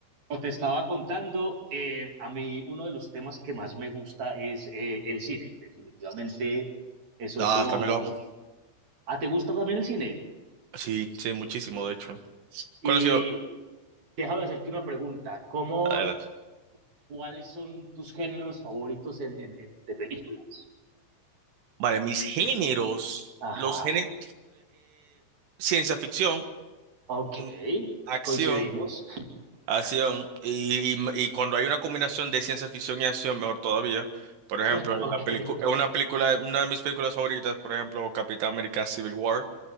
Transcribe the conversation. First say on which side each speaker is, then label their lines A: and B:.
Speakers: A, on the right; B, on the right.
A: Como te estaba contando, eh, a mí uno de los temas que más me gusta es eh, el cine. Definitivamente eh, soy
B: Ah,
A: como
B: también
A: un...
B: lo amo.
A: Ah, ¿te gusta también el cine?
B: Sí, sí, muchísimo, de hecho.
A: Y
B: ¿Cuál ha sido?
A: déjame hacerte una pregunta. ¿Cómo,
B: Adelante.
A: cuáles son tus géneros favoritos en, en- en- de películas?
B: Vale, mis géneros.
A: Ajá,
B: Los géneros. ciencia ficción,
A: ok,
B: mm, acción,
A: coincidimos. <laughs>
B: acción. Y, y- y cuando hay una combinación de ciencia ficción y acción, mejor todavía. Por ejemplo,
A: Ok.
B: en la pelicu- en una película, una de mis películas favoritas, por ejemplo, Capitán América Civil War,